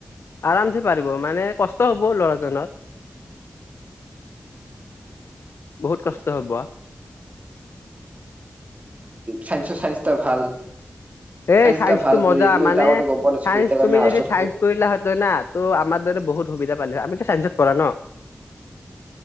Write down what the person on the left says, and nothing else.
আৰামছে পাৰিব মানে কষ্ট হ'ব ল'ৰাজনৰ বহুত কষ্ট হ'ব
এই
চাইন্সটো
মজা
মানে
চাইন্সটো
তুমি
যদি চাইন্সটো কৰিলা হয় তই না ত' আমাৰ দৰে বহুত সুবিধা পালি হয় আমিতো চাইন্সটত পঢ়া ন